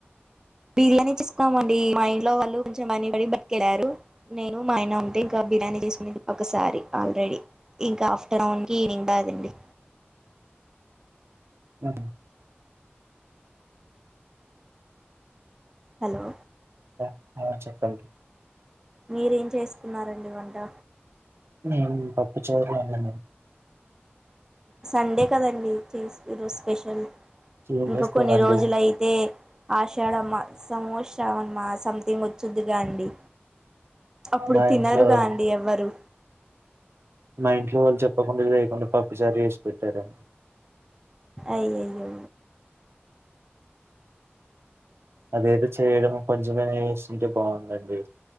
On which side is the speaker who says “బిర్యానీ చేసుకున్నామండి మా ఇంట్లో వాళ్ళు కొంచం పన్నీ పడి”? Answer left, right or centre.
Right